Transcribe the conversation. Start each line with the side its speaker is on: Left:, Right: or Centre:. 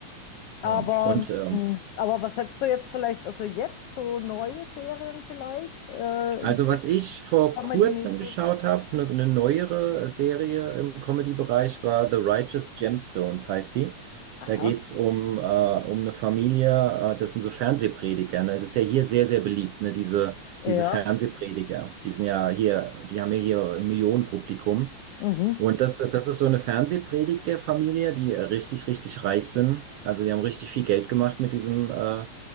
Left: Aber,
Right: ja, und ähm,
Left: ähm, aber was hättest du jetzt vielleicht, also jetzt so neue Serien vielleicht? Äh,
Right: also
Left: ein Tipp,
Right: was ich vor
Left: Comedy-mäßig?
Right: kurzem geschaut habe, eine ne ne neuere äh, Serie im Comedy-Bereich war The Righteous Gemstones, heißt die.
Left: Aha,
Right: Da geht's um, äh, um eine Familie, äh, das sind so Fernsehprediger. Ne? Das ist ja hier sehr, sehr beliebt, ne? Diese,
Left: ja,
Right: diese Fernsehprediger. Die sind ja hier, die haben ja hier ein Millionenpublikum.
Left: mhm,
Right: Und das, das ist so eine Fernsehpredigerfamilie, die äh, richtig, richtig reich sind. Also die haben richtig viel Geld gemacht mit diesem, äh,